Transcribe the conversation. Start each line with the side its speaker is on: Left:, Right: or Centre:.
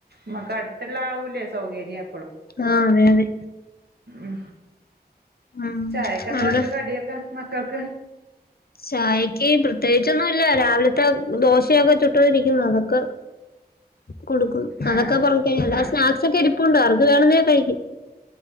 Right: മ്മ ക്ക് അടുത്ള്ളവൂലേസൗകര്യം
Left: ആഹ് അതെ അതെ
Right: മ്ഹ്
Left: ഉം
Right: ചായകെന്താന്നട്ട്
Left: അവിടെ
Right: കടിയൊക്കെ മക്കക്ക്
Left: ചായക്ക് പ്രത്യേകിച്ചൊന്നുല്ല രാവില് ത്തെ ദോശയൊക്കെ ചുട്ടെതിരിക്കുന്നു. അതൊക്കെ കൊടുക്കും
Right: ആ
Left: അതൊക്കെ കൊറികൽ അല്ല
Right: ആ
Left: സ്നാക്സ് ഒക്കെ ഇരിപ്പുണ്ട് അത് വെർണെ കഴിക്കും